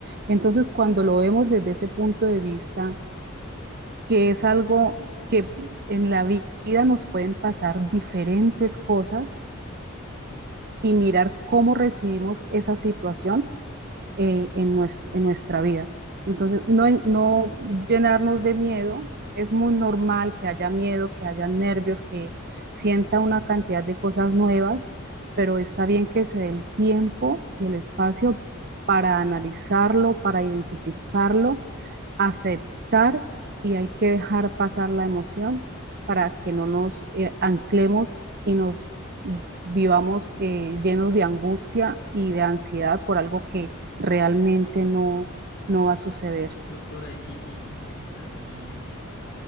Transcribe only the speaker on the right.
Entonces, cuando lo vemos desde ese punto de vista, que es algo que en la vida nos pueden pasar diferentes cosas y mirar cómo recibimos esa situación eh, en, nuestro, en, nuestra vida. Entonces, no, no llenarnos de miedo, es muy normal que haya miedo, que haya nervios, que sienta una cantidad de cosas nuevas, pero está bien que se dé el tiempo y el espacio para analizarlo, para identificarlo aceptar y hay que dejar pasar la emoción para que no nos eh, anclemos y nos vivamos eh, llenos de angustia y de ansiedad por algo que realmente no, no va a suceder.